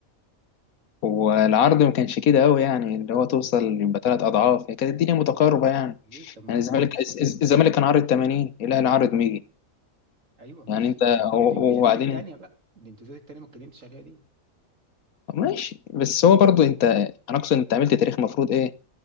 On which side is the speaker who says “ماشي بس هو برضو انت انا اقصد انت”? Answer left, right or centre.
Left